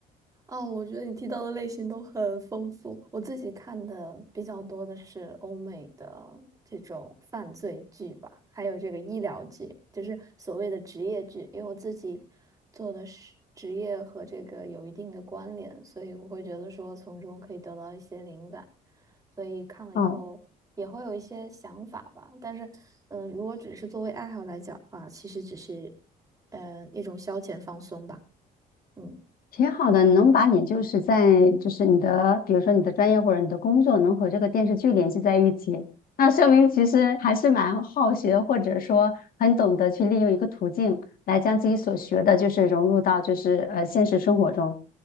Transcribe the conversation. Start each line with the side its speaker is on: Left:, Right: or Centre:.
Right: 哦，我觉得你提到的类型都很丰富。我自己看的比较多的是欧美的这种犯罪剧吧，还有这个医疗剧，就是所谓的职业剧。因为我自己做的是职业和这个有一定的关联，所以我会觉得说从中可以得到一些灵感，所以看了以后也会有一些想法吧。
Left: 哦。
Right: 但是，嗯、如果只是作为爱好来讲的话，其实只是，嗯、一种消遣放松吧。嗯，
Left: 挺好的，能把你就是在就是你的，比如说你的专业或者你的工作，能和这个电视剧联系在一起，那说明其实还是蛮好学，或者说很懂得去利用一个途径来将自己所学的，就是融入到就是呃现实生活中。